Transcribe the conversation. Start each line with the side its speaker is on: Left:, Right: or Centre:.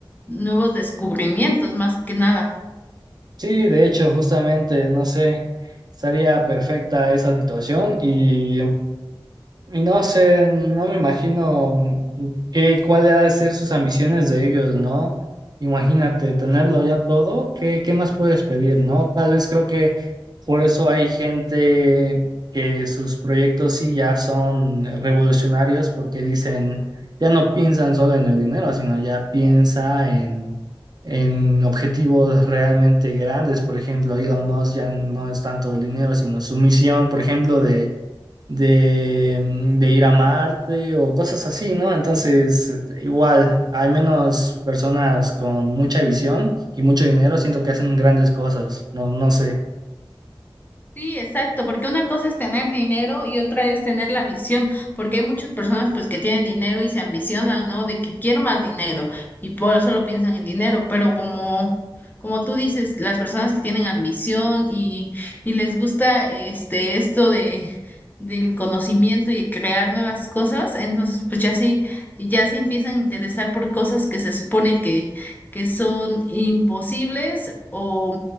Left: nuevos descubrimientos más que nada.
Right: Sí, de hecho, justamente, no sé, estaría perfecta esa situación y Y no sé, no me imagino mm, qué, cuál ha de ser sus ambiciones de ellos, ¿no? Imagínate, tenerlo ya todo, ¿qué, qué más puedes pedir, ¿no? Tal vez creo que por eso hay gente que sus proyectos sí ya son revolucionarios porque dicen, ya no piensan solo en el dinero, sino ya piensa en, en objetivos realmente grandes. Por ejemplo, Elon Musk ya no es tanto el dinero, sino su misión, por ejemplo, de de, mm, de ir a Marte o cosas así, ¿no? Entonces, este, igual, hay menos personas con mucha visión y mucho dinero, siento que hacen grandes cosas, no, no sé.
Left: Sí, exacto, porque una cosa es tener dinero y otra es tener la visión, porque hay muchas personas pues que tienen dinero y se ambicionan, ¿no? De que quiero más dinero y por eso lo piensan en dinero, pero como como tú dices, las personas que tienen ambición y y les gusta este esto de del conocimiento y crear nuevas cosas, entonces pues ya sí ya se empiezan a interesar por cosas que se supone que que son imposibles o